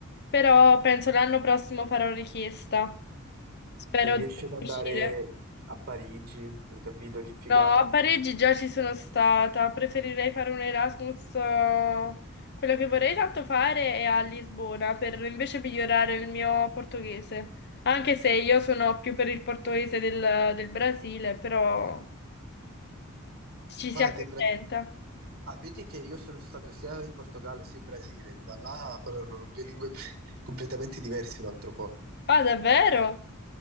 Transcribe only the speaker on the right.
se riesci
ad andare
a Parigi, hai capito? Che figata.
Ah,
del Bra- ah, vedi che io sono stato sia in Portogallo sia in Brasile, ma là parlano due lingue <laughs> completamente diverse un altro po'.